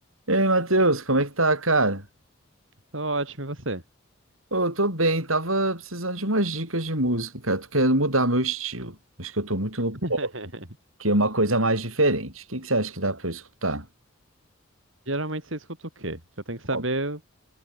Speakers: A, on the right; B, on the right.
A: Ei, Matheus, como é que tá, cara?
B: Tô ótimo, e você?
A: Ô, eu tô bem, tava precisando de umas dicas de música, cara. Tô querendo mudar meu estilo. Acho que eu tô muito no
B: <laughs>
A: pop, que é uma coisa mais diferente. O que que você acha que dá pra eu escutar?
B: Geralmente você escuta o quê? Eu tenho que saber
A: Pop.